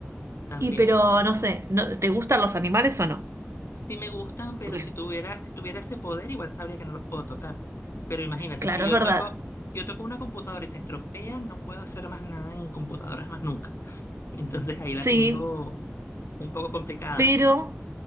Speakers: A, on the left; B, on the right.
A: También.
B: Y pero, no sé, no- ¿te gustan los animales o no?
A: Sí me gustan, pero
B: Porque
A: si
B: s-
A: tuviera, si tuviera ese poder, igual sabría que no los puedo tocar. Pero imagínate,
B: Claro,
A: si yo
B: es verdad.
A: toco, si yo toco una computadora y se estropea, no puedo hacer más nada en computadoras más nunca. <laughs> Entonces ahí
B: Sí,
A: la tengo un poco complicada.
B: pero